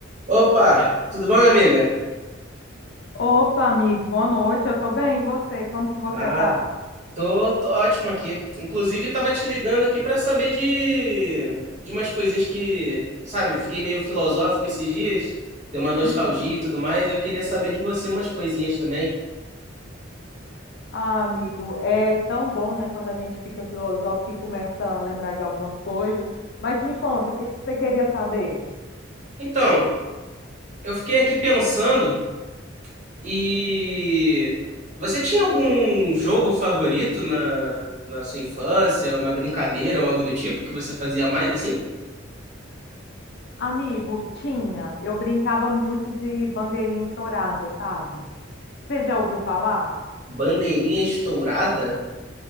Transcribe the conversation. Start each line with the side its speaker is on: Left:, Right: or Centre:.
Right: Opa, tudo bom, minha amiga?
Left: Opa, amigo, boa noite. Eu tô bem, e você? Como que você
Right: Ah,
Left: tá?
Right: tô, tô ótimo aqui. Inclusive, tava te ligando aqui pra saber de, de umas coisinhas que, sabe, fiquei meio filosófico esses dias, deu uma nostalgia
Left: Uhum.
Right: e tudo mais. Eu queria saber de você umas coisinhas também.
Left: Ah, amigo, é tão bom, né, quando a gente fica filosófico e começa a lembrar de algumas coisas. Mas me conta, o que que você queria saber?
Right: Então, eu fiquei aqui pensando e você tinha algum jogo favorito na, na sua infância, uma brincadeira ou algo do tipo que você fazia mais assim?
Left: Amigo, tinha. Eu brincava muito de bandeirinha estourada, sabe? Você já ouviu falar?
Right: Bandeirinha estourada?